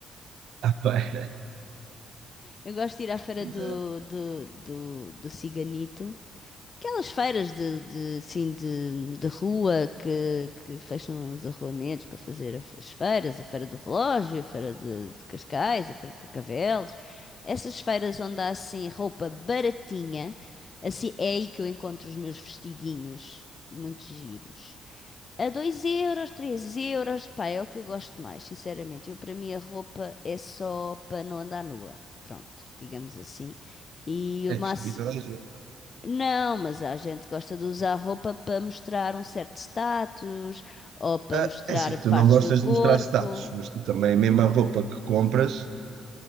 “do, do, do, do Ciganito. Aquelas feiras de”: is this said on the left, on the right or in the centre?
Left